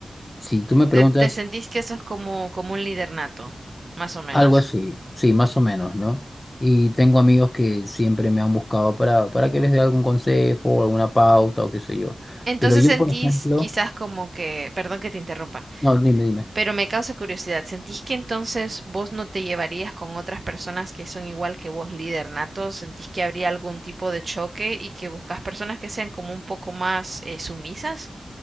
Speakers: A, on the left; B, on the right.
A: si tú me preguntas
B: Te, te sentís que sos como, como un líder nato, más o menos.
A: algo así, sí, más o menos, ¿no? Y tengo amigos que siempre me han buscado para, para que les dé algún consejo, alguna pauta o qué sé yo.
B: Entonces
A: Pero yo,
B: sentís
A: por ejemplo,
B: quizás como que, perdón que te interrumpa,
A: no, dime, dime.
B: pero me causa curiosidad, ¿sentís que entonces vos no te llevarías con otras personas que son igual que vos, líder nato? ¿Sentís que habría algún tipo de choque y que buscas personas que sean como un poco más eh, sumisas?